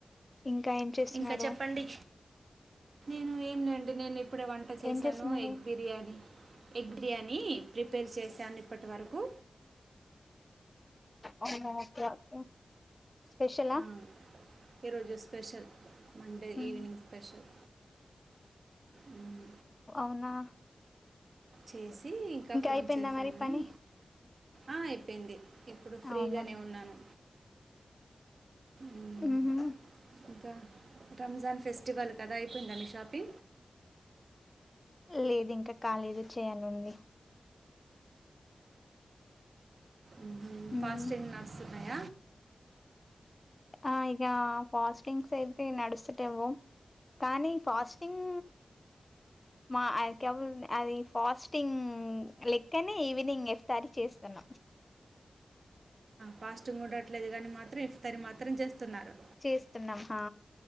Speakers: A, on the left (about 25°); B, on the right (about 60°).
A: ఇంకా ఏం చేస్తున్నారు
B: ఇంకా చెప్పండి నేను ఏం లేదండీ నేను ఇప్పుడే వంట చేశాను
A: ఏం చేస్తున్నారు
B: egg biryani egg biryani prepare చేశాను ఇప్పటివరకు
A: అవును ఓకేఓకే స్పెషలా
B: ఆ, ఈరోజు స్పెషల్ మండే
A: ఉమ్
B: ఈవినింగ్ స్పెషల్ ఉ
A: అవునా
B: చేసి ఇంకా ఫోన్
A: అయిపోయిందా
B: చేజ్ ద్దామని
A: మరి పని
B: ఆ అయిపోయింది ఇప్పుడు ఫ్రీగానే
A: అవును
B: ఉన్నాను ఇమ్
A: ఉహు
B: ఇంకా రంజాన్ ఫెస్టివల్ కదా అయిపోయింద మీ షాప్ పి
A: లేదు ఇంకా కాలేదు చేయాలని
B: ఉహూ
A: మ్మ్.
B: పాస్టింగ్ నడుస్తున్నయ
A: ఆ ఇకా పాస్టింగ్స్ అయితే నడుస్తలేవు కానీ ఫాస్టింగ్ మా అక్యం అది ఫాస్టింగ్ లెక్కనే ఈవినింగ్ ఇఫ్తారి చేస్తాను
B: పాస్ట్ంగ్ కూడాట్లేదు కాని మాత్రం ఇఫ్తార్ మాత్రం చేస్తున్నారు.
A: చేస్తున్నాం ఆహా